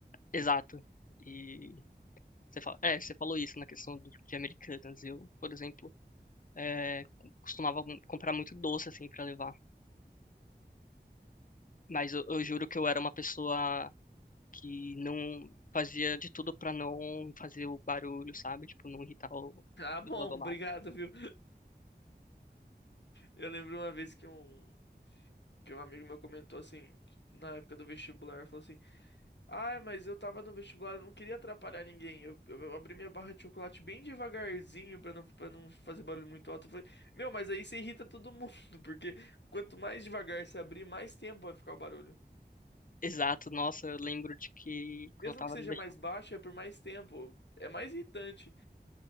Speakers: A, on the left; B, on the left.
A: Exato. E você fala... é, você falou isso na questão do- de americanas. Eu, por exemplo, é, costumava m- comprar muito doce, assim, pra levar. Mas eu, eu juro que eu era uma pessoa que não fazia de tudo pra não fazer o barulho, sabe? Tipo, não irritar o...
B: Ah,
A: as
B: bom,
A: pessoas ao
B: <laughs> obrigado,
A: lado.
B: viu? Eu lembro uma vez que um, que um amigo meu comentou assim, na época do vestibular, falou assim. Ai, mas eu tava no vestibular, eu não queria atrapalhar ninguém. Eu, eu- eu abri minha barra de chocolate bem devagarzinho pra não, pra não fazer barulho muito alto. Eu falei, meu, mas aí você irrita todo mundo, <laughs> porque quanto mais devagar você abrir, mais tempo vai ficar o barulho.
A: Exato, nossa, eu lembro de que quando
B: Mesmo
A: eu tava.
B: que seja
A: no vesti-
B: mais baixo, é por mais tempo. É mais irritante,